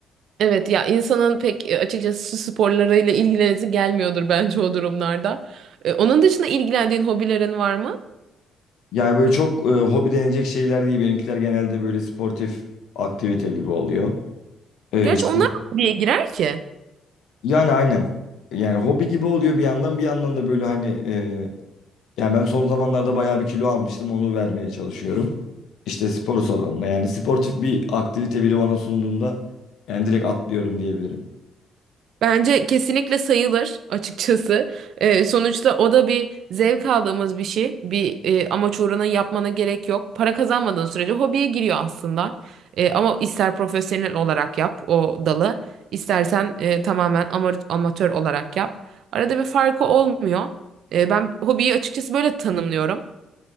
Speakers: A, on the right; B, on the left.
A: Evet ya insanın pek e, açıkçası su sporlarıyla ilgilenesi gelmiyordur bence o durumlarda. E, Onun dışında ilgilendiğin hobilerin var mı?
B: Yani böyle çok e, hobi denecek şeyler değil. Benimkiler genelde böyle sportif aktivite gibi oluyor. Ee,
A: Gerçi
B: işte,
A: onlar da hobiye girer ki.
B: yani aynen. Yani hobi gibi oluyor bir yandan bir yandan da böyle hani e, Yani ben son zamanlarda bayağı bir kilo almıştım. Onu vermeye çalışıyorum. İşte spor salonuna yani sportif bir aktivite biri bana sunduğunda yani direkt atlıyorum diyebilirim.
A: Bence kesinlikle sayılır açıkçası. Ee, sonuçta o da bir zevk aldığımız bir şey. Bir e, amaç uğruna yapmana gerek yok. Para kazanmadığın sürece hobiye giriyor aslında. E, ama ister profesyonel olarak yap o dalı, istersen e, tamamen ama- amatör olarak yap. Arada bir farkı olmuyor. E, ben hobiyi açıkçası böyle tanımlıyorum.